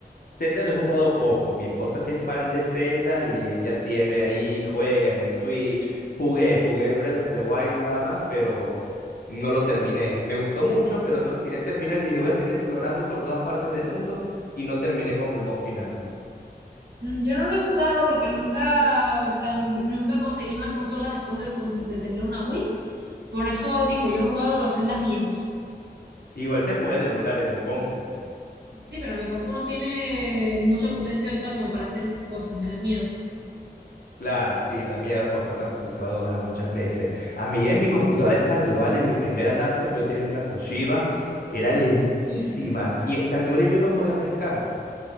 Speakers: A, on the left; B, on the right.
A: Zelda lo he jugado poco. Mi esposa sí es fan de Zelda y ella tiene ahí, juega en el Switch. Jugué, jugué Breath of the Wild nada más, pero no lo terminé. Me gustó mucho, pero no lo quería terminar y dije, voy a seguir explorando por todas partes del mundo y no terminé con el boss final.
B: Mm, Yo no lo he jugado porque nunca, cam- nunca conseguí más consolas después de, con- de tener una Wii. Por eso digo, yo he jugado los Zeldas viejos.
A: Igual se puede emular en la compu.
B: Sí, pero mi compu no tiene mucha potencia ahorita como para hacer esas cosas, me da miedo.
A: Claro, sí, da miedo forzar las computadoras muchas veces. A mí en mi computadora Stardew Valley, en mi primera laptop, yo tenía una Toshiba, era lentísima y Stardew Valley yo no podía pescar.